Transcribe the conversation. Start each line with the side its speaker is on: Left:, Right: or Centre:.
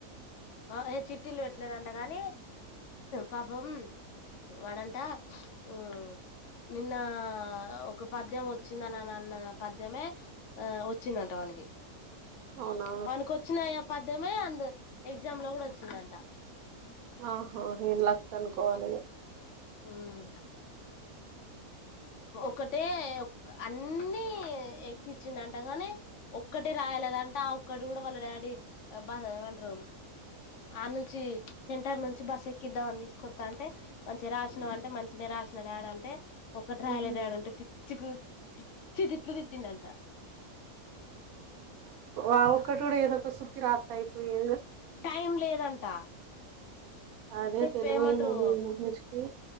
Left: అ ఏ చిట్టిలు పెట్టలేదంట కాగానీ పాపం వాడంట ఉ నిన్నా ఒక పద్యం వచ్చిందన్న అన్న పద్యమే ఆ వచ్చిందంట వానకి
Right: అవునా
Left: వానకి వచ్చినాయా పద్దెమే అంది ఎగ్జామ్ లో కూడా వచ్చిందంట
Right: ఆహా ఏం లక్ అనుకోవాలి ఇగ
Left: ఉం ఒకటే అన్నీ ఎక్కించిండ్ అంటగాని ఒక్కటే రాయలేదంటే ఆ అక్కడ గూడా వాళ్ళ డాడీ బస్ ఏమంటారు ఆ నుంచి సెంటర్ నుంచి బస్ ఎక్కిద్దామని తీసుకొస్తా అంటే మంచిగా రాసినం అంటే మంచినె రాశ్న డాడీ అంటే ఒక్కట్ రాయ్లే
Right: ఉహు.
Left: డాడంటే పి చకు చకు ఇట్లు తిట్టింండంట
Right: అ ఒకక్కటి కూడా ఏదో ఒక సుతి రాస్తాయిపోయే
Left: టైం లేదంట
Right: అదే
Left: సెప్
Right: తెలుగు
Left: ఏమంటరు
Right: హిందీ ఇంగ్లీష్ కి